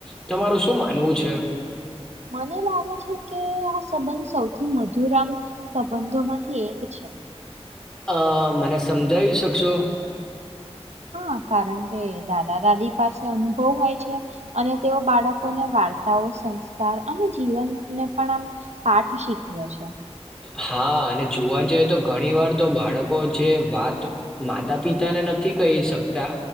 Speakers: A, in the centre; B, on the right.
A: તમારું શું માનવું છે.
B: મને લાગે છે કે આ સંબંધ સૌથી મધુરામ સંબંધોમાંથી એક છે.
A: અ મને સમજાવી શકશો.
B: હા કારણ કે દાદા દાદી પાસે અનુભવ હોય છે. અને તેઓ બાળકોને વાર્તાઓ સં. અને જીવનને પણ આમ પાઠ શીખવે છે.
A: હા અને જોવા જઈએ તો ઘણી વાર તો બાળકો જે વાત, માતા પિતા ને નથી કહી શકતા.